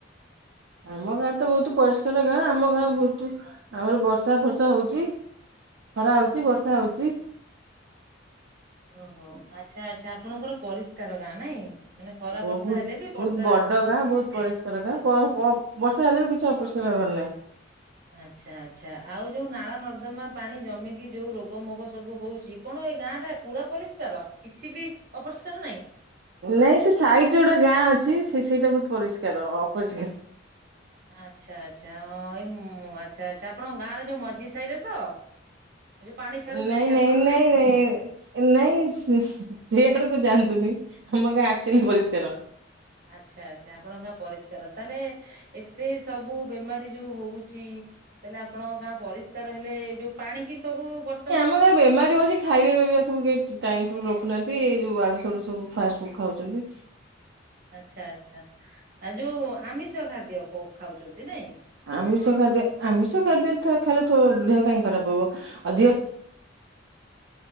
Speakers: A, on the right; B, on the right.
A: ଆମ ଗାଁ ତ ବହୁତୁ ପରିଷ୍କାର ଗାଁ, ଆମ ଗାଁ ବହୁତୁ ଆମର ବର୍ଷା ଫର୍ଷା ହଉଚି। ଖରା ହଉଚି ବର୍ଷା ହଉଚି।
B: ଓହୋ ଆଚ୍ଛା-ଆଚ୍ଛା ଆପଣଙ୍କର ପରିଷ୍କାର ଗାଁ ନାଇଁ? ମାନେ ଖରା
A: ବହୁତ୍-ବହୁତ୍
B: ବର୍ଷା ହେଲେ ବି ବର୍ଷା
A: ବଡ ଗାଁ, ବହୁତ ପରିସ୍ କାର ଗାଁ ପ ପପ୍ ବର୍ଷା ହେଲେ ବି କିଛି ଅପରିଷ୍କାର ହେବାର ନାହିଁ।
B: ଆଚ୍ଛା-ଆଚ୍ଛା ଆଉ ଯୋଉ ନାଳ ନର୍ଦ୍ଦମା ପାଣି ଜମିକି ଯୋଉ ରୋଗ ମୋଗ ସବୁ ହଉଚି। କଣ ଏଇ ଗାଁ ଟା ପୁରା ପରିଷ୍କାର କିଛି ବି ଅପରିଷ୍କାର ନାହିଁ?
A: ନାଇଁ ସେ ସାଇଟ୍ ରେ ଗୋଟେ ଗାଁ ଅଛି ସେ ସେଇଟା ବହୁତ୍ ପରିଷ୍କାର ଅପରିଷ୍କାର।
B: ଆଚ୍ଛା-ଆଚ୍ଛା ହଁ ଏଇ ଆଚ୍ଛା-ଆଚ୍ଛା ଆପଣଙ୍କ ଗାଁର ଯୋଉ ମଝି ସାଇରେ ତ? ଯୋଉ ପାଣି ଛାଡୁଛନ୍ତି
A: ନାଇଁ-ନାଇଁ-ନାଇଁ-ନାଇଁ।
B: ଆଙ୍କର ନାଇଁ
A: ନାଇଁ ସିଆଡୁକୁ ଯାଆନ୍ତୁନି ଆମ ଗାଁ ଆକ୍ଚୁଆଲି ପରିଷ୍କାର।
B: ଆଚ୍ଛା-ଆଚ୍ଛା ଆପଣଙ୍କ ଗାଁ ପରିଷ୍କାର, ତାହେଲେ ଏତେ ସବୁ ବେମାରୀ ଯୋଉ ହଉଛି ତାହେଲେ ଆପଣଙ୍କ ଗାଁ ପରିଷ୍କାର ହେଲେ ଏ ଯୋଉ ପାଣି କି ସବୁ ବର୍ତ୍ତମାନ୍
A: <unintelligible> ଗାଁ ବେମାରୀ ହଉଛି ଖାଇବା ପିଇବା ସବୁ <unintelligible> ଟାଇମ୍ ଟେବୁଲ୍ ରଖୁନାହାନ୍ତି, ଏଇ ଯୋଉ ଆଡୁ ସଡୁ ସବୁ ଫାଷ୍ଟ ଫୁଡ ଖାଉଚନ୍ତି।
B: ଆଚ୍ଛା-ଆଚ୍ଛା ଆ ଯୋଉ ଆମିଷ ଖାଦ୍ୟ ଖାଉଛନ୍ତି ନାଇଁ?
A: ଆମିଷ ଖାଦ୍ୟ ଆମିଷ ଖାଦ୍ୟ ଖାଇଲେ ଦେହ କାଇଁ ଖରାପ ହବ, ଅଧିକ